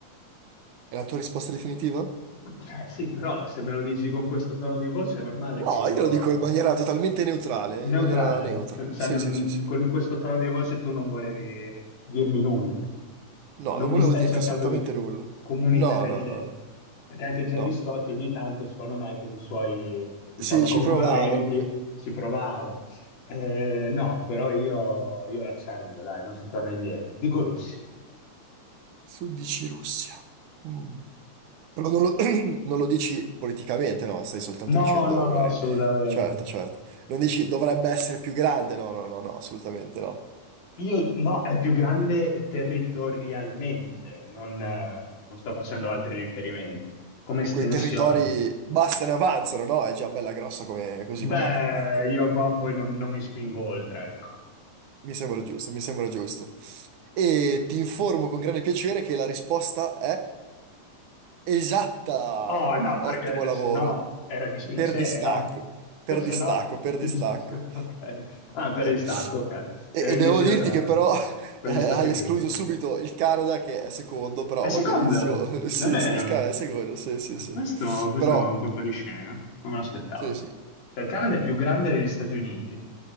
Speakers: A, on the right (about 75°); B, on the left (about 85°).
A: È la tua risposta definitiva?
B: Eh, sì, però se me lo dici con questo tono di voce è normale
A: No,
B: che io...
A: io lo dico in maniera totalmente neutrale,
B: Neutrale,
A: in maniera neutra.
B: cioè, cioè,
A: Sì,
B: n-
A: sì, sì, sì.
B: con questo tono di voce tu non volevi dirmi nulla,
A: No,
B: non
A: non
B: mi
A: volevo
B: stai
A: dirti
B: cercando
A: assolutamente
B: di
A: nulla.
B: comunicare
A: No, no,
B: niente,
A: no, no.
B: perché anche Gerry
A: No.
B: Scott ogni tanto, secondo me, con i suoi, diciamo,
A: Sì,
B: concorrenti
A: ci provava lui.
B: ci provava. Eh, no, però io, io l'accendo, dai, non si torna indietro. Dico Russia.
A: Tu dici Russia. Mm. Però non lo, <clears throat> non lo dici politicamente, no, stai soltanto
B: No,
A: dicendo
B: no, no,
A: una... ri-
B: assolutamente.
A: Certo, certo. Non dici dovrebbe essere più grande, no, no, no, no, assolutamente no.
B: Io no, è più grande territorialmente, non, eh, non sto facendo altri riferimenti. Come
A: E
B: estensione.
A: quei territori basta, ne avanzano, no? È già bella grossa come, così
B: Beh,
A: com'è, ecco.
B: io qua poi non, non mi spingo oltre, ecco.
A: Mi sembra giusto, mi sembra giusto. E ti informo con grande piacere che la risposta è esatta.
B: Oh no, perché
A: Ottimo lavoro.
B: se no era dispiacere,
A: Per distacco,
B: no?
A: per
B: <laughs> Se
A: distacco,
B: no
A: per
B: ti
A: distacco.
B: dispiacere, <laughs> ok. Ah, per
A: Eh,
B: il stacco, ok.
A: E,
B: Ero indeciso
A: e devo dirti
B: tra
A: che però <laughs>
B: con
A: eh,
B: gli Stati
A: hai
B: Uniti.
A: escluso subito il Canada che è secondo, però
B: È secondo?
A: va benissimo. <laughs> Sì,
B: Davvero?
A: sì, il Canada è secondo, sì, sì,
B: Eh,
A: sì.
B: Questo, questo
A: Però,
B: è un colpo di scena, non me l'aspettavo.
A: sì, sì.
B: Cioè, il Canada è più grande degli Stati Uniti.